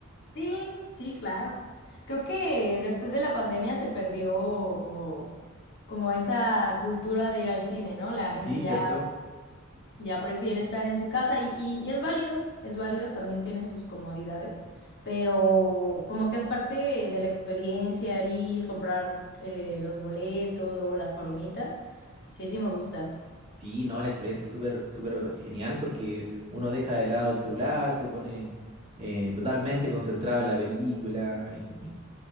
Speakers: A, on the left; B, on the right.
A: Sí, sí, claro. Creo que después de la pandemia se perdió como, como esa cultura de ir al cine, ¿no? La
B: Sí,
A: gente ya,
B: cierto.
A: ya prefiere estar en su casa y, y, y es válido, es válido, también tiene sus comodidades, pero como que es parte de la experiencia el ir, comprar eh, los boletos, luego las palomitas. Sí, sí me gusta.
B: Sí, no, la experiencia es súper, súper genial porque uno deja de lado el celular, se pone eh, totalmente concentrado en la película y